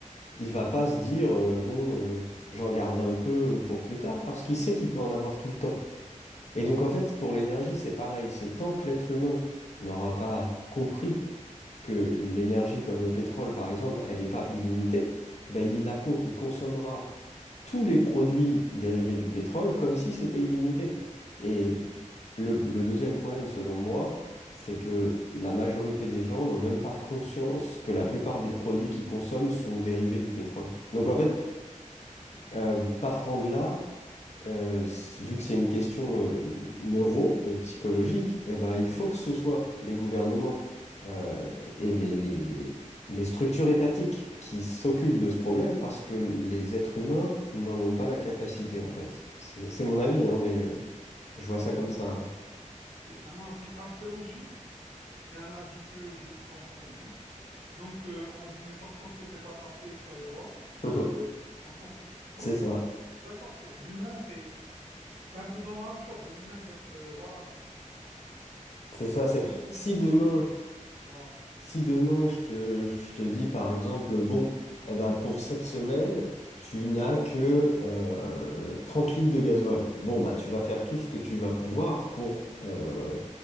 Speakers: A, on the left (about 60°); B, on the right (about 75°).
A: Il va pas se dire, euh, bon, euh, j'en garde un peu pour plus tard, parce
B: Ouais.
A: qu'il sait qu'il peut en avoir tout le temps. Et donc en fait, pour l'énergie, c'est pareil. C'est tant que l'être humain n'aura pas compris que l'énergie, comme le pétrole par exemple, elle n'est pas illimitée, ben, il,
B: Mhm.
A: la con- il consommera tous les produits dérivés du pétrole comme si c'était
B: Ouais.
A: illimité. Et le, le deuxième problème, selon moi, c'est que la majorité des gens n'ont même pas conscience que la plupart des produits qu'ils consomment sont dérivés du pétrole. Donc en fait,
B: Oui.
A: euh, partant de là, euh, s- vu que c'est une question euh, neuro, euh, psychologique, eh ben, il faut
B: Mhm.
A: que ce soit les gouvernements euh, et les, les, les, les structures étatiques qui s'occupent de ce problème parce que les êtres humains n'en ont pas la capacité, en fait. C'est, c'est mon avis, hein, mais
B: Oui,
A: je vois ça comme ça.
B: c'est C'est un avis assez logique, c'est un avis que je comprends bien. Donc, euh, en résumé, tant qu'on ne se fait pas taper sur les doigts,
A: <laughs>
B: euh, on s'en fout. Oui,
A: C'est ça.
B: d'accord, c'est l'humain, c'est c'est un peu dans la nature de l'humain d'être, euh, voilà,
A: C'est ça.
B: on
A: C'est
B: s'en fout,
A: si
B: je suis
A: demain.
B: tranquille, et puis, voilà.
A: Si demain je te, je te dis par exemple, bon, eh ben pour cette semaine, tu n'as
B: Mhm.
A: que euh, 30 litres de gasoil. Bon, bah tu vas faire tout ce que tu vas pouvoir pour euh,